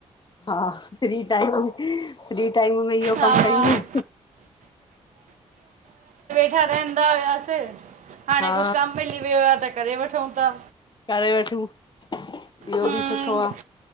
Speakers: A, on the left; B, on the right.
A: हा फ्री टाइम फ्री टाइम में इयो
B: हा
A: कम कयूं न।
B: वांदा हुआसे हाणे
A: हा
B: कुछ कम मिली वियो आ त करे वठऊं ता।
A: करे वठूं इयो
B: हम्म,
A: बि सुठो आ